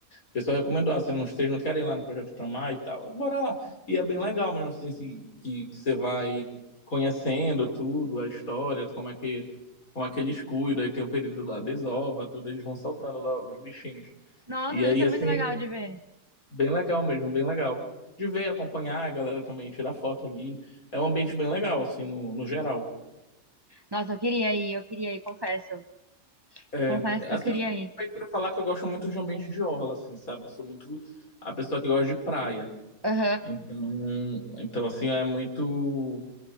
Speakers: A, on the left; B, on the right.
A: pessoal recomendou, ah, se não, vocês não querem ir lá no Projeto Tamar e tal, bora lá. E é bem legal mesmo, assim, assim, que, que você vai conhecendo tudo, a história, como é que, como é que eles cuidam, aí tem o período da desova, tudo, eles vão soltando lá os bichinhos.
B: Nossa,
A: E
B: deve
A: aí,
B: ser
A: assim,
B: muito legal de ver.
A: bem legal mesmo, bem legal. De ver, acompanhar, a galera também tirar foto ali. É um ambiente bem legal, assim, no, no geral.
B: Nossa, eu queria ir, eu queria ir, confesso.
A: É,
B: Confesso que
A: assim,
B: eu queria
A: eu sou
B: ir.
A: suspeito pra falar que eu gosto muito de ambiente de orla, assim, sabe? Eu sou muito a pessoa que gosta de praia.
B: Aham.
A: Então, então assim, é muito